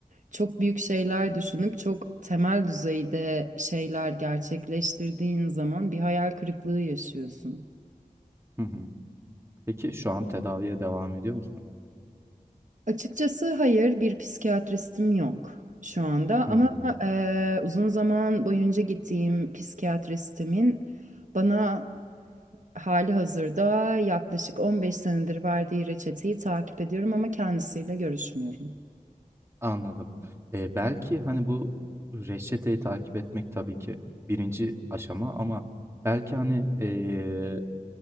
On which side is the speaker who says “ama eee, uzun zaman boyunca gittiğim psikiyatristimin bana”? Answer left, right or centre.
Right